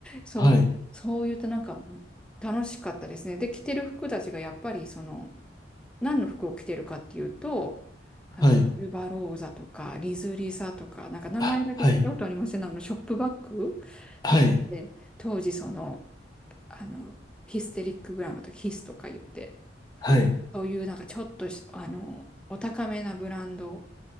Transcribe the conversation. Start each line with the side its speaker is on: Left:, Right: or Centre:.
Centre: そう、
Left: はい。
Centre: そう言うとなんか楽しかったですね。で、着てる服たちがやっぱりその、何の服を着てるかっていうと、なんか、
Left: はい。
Centre: アルバローザとか、リズリサとか、なんか名前だけ聞いたことありませんあの、
Left: あ、はい。
Centre: ショップバッグとかで、
Left: はい。
Centre: 当時その、あの、ヒステリックグラマーとかヒスとか言って、
Left: はい。
Centre: そういうなんかちょっとし、あの、お高めなブランド。